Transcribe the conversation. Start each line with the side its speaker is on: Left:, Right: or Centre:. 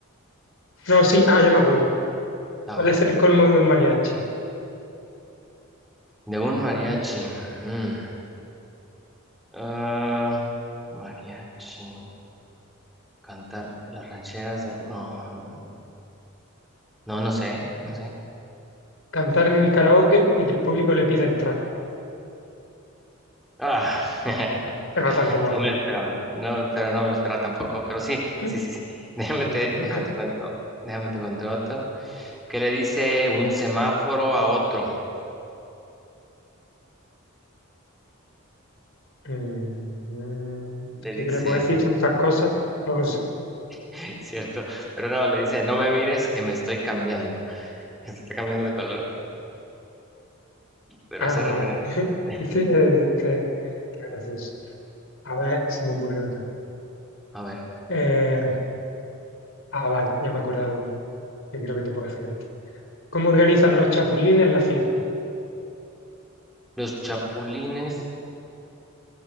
Left: no, sí, ah, ya me acuerdo.
Centre: A
Left: ¿Cuál
Centre: ver,
Left: es el colmo de un mariachi?
Centre: de un mariachi. mm, ah, mariachi. Cantar las rancheras, algo. No, no, no, no, no sé, no sé.
Left: Cantar en el karaoke y que el público le pida el track.
Centre: Ah, <laughs>
Left: Es bastante malo.
Centre: No me lo esperaba, no, pero no me lo esperaba tampoco. Pero sí,
Left: <laughs>
Centre: sí, sí, sí. <laughs> Déjame
Left: Es
Centre: te,
Left: malo.
Centre: déjame
Left: <laughs>
Centre: te cuento, déjame te cuento otro. ¿Qué le dice un semáforo a otro?
Left: Mm,
Centre: Le
Left: Así
Centre: dice,
Left: que le puedo decir tantas cosas, no lo sé.
Centre: <laughs> cierto, pero no, le dice, no me mires que me estoy cambiando. <laughs> Se está cambiando de color, pero
Left: Ah,
Centre: hace referencia.
Left: vale. <laughs>
Centre: <laughs>
Left: Este es, este es gracioso. A ver, se me ocurre otro.
Centre: A ver,
Left: Eh, ah, vale, ya me acordé de uno, que creo que te puede hacer gracia. ¿Cómo organizan los chapulines la fiesta?
Centre: los chapulines.